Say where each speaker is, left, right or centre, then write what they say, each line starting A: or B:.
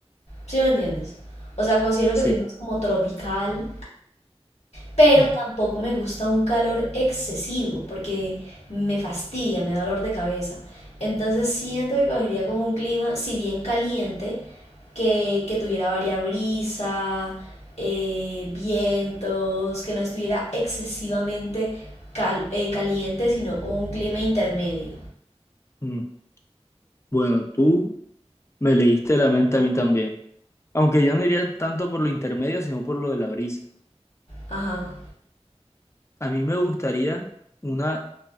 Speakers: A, on the left; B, on the left.
A: ¿sí me entiendes? O sea, considero que
B: Sí.
A: soy más como tropical, pero
B: Ujú,
A: tampoco me gusta un calor excesivo porque me fastidia, me da dolor de cabeza. Entonces siento que cogería como un clima, si bien caliente, que, que tuviera varias brisa, eh, vientos, que no estuviera excesivamente cal- eh, caliente, sino como un clima intermedio.
B: ujú. Bueno, tú me leíste la mente a mí también. Aunque yo no iría tanto por lo intermedio, sino por lo de la brisa.
A: Ajá.
B: A mí me gustaría una